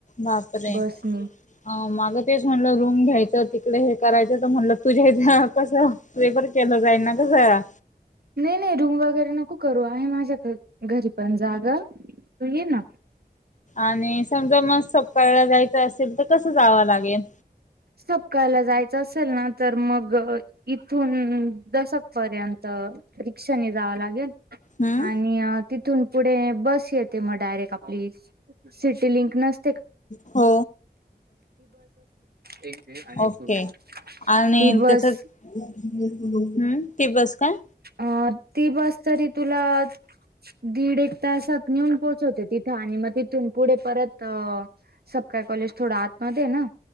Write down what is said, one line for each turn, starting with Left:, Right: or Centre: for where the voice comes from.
Left: बापरे!
Right: बसनी
Left: अ माग तेच म्हटलं रूम घ्यायचं तिकडे हे करायचं तर म्हणलं तुझ्या हिथनं कसं पेपर केलं जाईल ना घया
Right: नाही नाही रूम वगैरे नको करू आहे, माझ्या घ घरी पण जागा तु येे ना.
Left: आणि समजा म सपकाळला जायचं असेल तर कसं जावाव लागेल.
Right: सपकाळला जायचं असेल ना तर मग इथून दशक पर्यंत रिक्षाने जावावं लागेल.
Left: हम्म
Right: आणि तिथून पुढे बस येते म डायरेक्ट आपली सिटी लिंक नस
Left: हो
Right: एक मिनटं आहे
Left: ओके
Right: <unintelligible>
Left: आणि
Right: ती बस
Left: त्याच हम्म ती बस काय
Right: अ ती बस तरी तुला दीड एक तासात नेऊन पोहोचवते तिथं आणि मग तिथून पुढे परत अ सपकाळ कॉलेज थोडं आतमध्ये आहे ना.